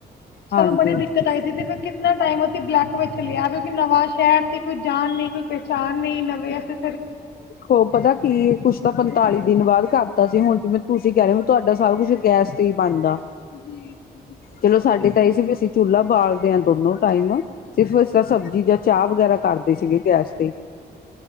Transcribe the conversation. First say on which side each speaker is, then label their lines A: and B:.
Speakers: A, on the left; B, on the left.
A: ਹਾਂਜੀ
B: ਸਾਨੂੰ ਬੜੀ
A: ਹਾਂਜੀ
B: ਦਿੱਕਤ ਆਈ ਸੀ। ਤੇ ਫਿਰ ਇਨਾ ਟਾਈਮ ਅਸੀਂ ਬਲੈਕ ਵਿੱਚ ਲਿਆ ਕਿਉਂਕਿ ਨਵਾਂ ਸ਼ਹਿਰ ਦੀ ਕੋਈ ਜਾਨ ਨਹੀਂ ਕੋਈ ਪਹਿਚਾਣ ਨਹੀਂ। ਨਵੇਂ ਅਸੀ
A: ਹੋ ਪਤਾ ਕੀ ਕੁਛ ਤਾਂ ਪੰਤਾਲੀ ਦਿਨ ਬਾਅਦ ਕਰਤਾ ਸੀ। ਹੁਣ ਜਿਵੇਂ ਤੁਸੀਂ ਕਹਿ ਰਹੇ ਹੋ ਤੁਹਾਡਾ ਸਾਰਾ ਕੁਛ ਗੈਸ ਬਣਦਾ।
B: ਜੀ ਬਿਲਕੁਲ
A: ਚਲੋ ਸਾਡੇ ਤਾਂ ਇਹ ਸੀ ਵੀ ਅਸੀਂ ਚੁ੍ਹਾ ਬਾਲਦੇ ਹਾਂ ਦੋਨੋ ਟਾਈਮ। ਸਿਰਫ ਇਸ ਤਰ ਸਬਜ਼ੀ ਜਾਂ ਚਾਹ ਵਗੈਰਾ ਕਰਦੇ ਸੀਗੇ ਗੈਸ। ਤੇ।